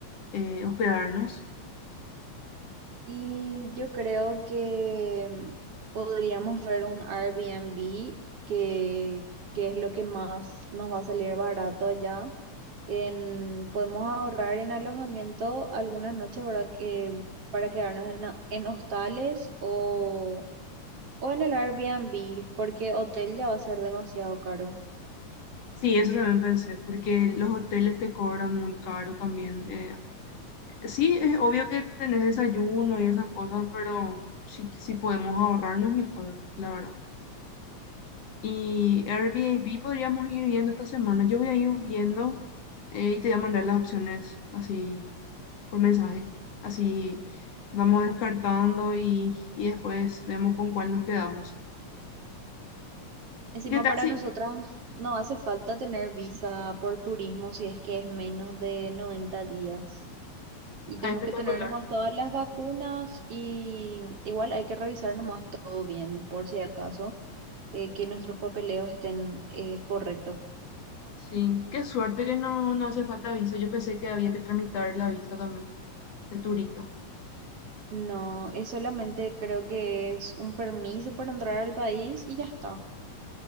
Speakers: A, on the left; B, on the right.
A: eh, hospedarnos?
B: Y yo creo que podríamos ver un Airbnb que, que es lo que más nos va a salir barato allá. En, podemos ahorrar en alojamiento algunas noches, ¿verdad? Que, para quedarnos en, a- en hostales o, o en el Airbnb, porque hotel ya va a ser demasiado caro.
A: Sí, eso también pensé, porque los hoteles te cobran muy caro también. eh, sí, es obvio que tenés desayuno y esas cosas, pero si, si podemos ahorrarnos mejor, la verdad. Y Airbnb podríamos ir viendo esta semana. Yo voy a ir viendo eh, y te voy a mandar las opciones así por mensaje. Así vamos descartando y, y después vemos con cuál nos quedamos.
B: Encima
A: ¿Y qué tal
B: para
A: si...
B: nosotras no hace falta tener visa por turismo si es que es menos de 90 días. Y tenemos
A: Ah, espectacular.
B: que tener nomás todas las vacunas y igual hay que revisar nomás todo bien, por si acaso, eh, que nuestros papeleos estén eh, correctos.
A: Sí, qué suerte que no, no hace falta visa. Yo pensé que había que tramitar la visa también de turista.
B: No, es solamente creo que es un permiso para entrar al país y ya está.